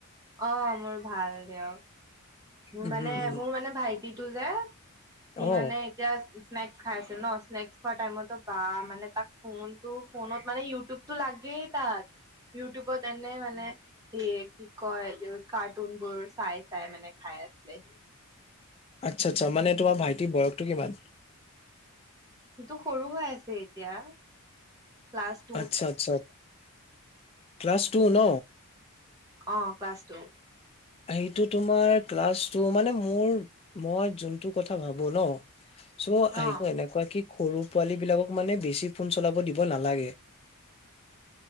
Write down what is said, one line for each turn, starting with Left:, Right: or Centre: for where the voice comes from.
Right: অ মোৰ ভাল দেক
Left: উম,
Right: মানে
Left: উম, উম।
Right: মোৰ মানে ভাইটিটো যে সি
Left: অ',
Right: মানে এতিয়া স্নেকস খাই আছিল ন স্নেকস খোৱা টাইমতো বা মানে তাক ফোন ত' ফোনত মানে ইউটিউবটো লাগেই তাত ইউটিউবত এনে মানে সে কি কয় কাৰ্টুন বোৰ চাই চাই মানে খাই আছিলে।
Left: আচ্ছা আচ্ছা মানে তোমাৰ ভাইটিৰ বয়সটো কিমান?
Right: ইটো সৰু হৈ আছে এতিয়া। ক্লাছ টুত
Left: আচ্ছা আচ্ছা ক্লাছ টু ন।
Right: অ ক্লাছ টু।
Left: সেইটো তোমাৰ ক্লাছ মানে মোৰ মই যোনটো কথা ভাবো ন চ' আহ
Right: অ
Left: এনেকুৱা কি সৰু পোৱালী বিলাকক মানে বেছি ফোন চলাব দিব নালাগে।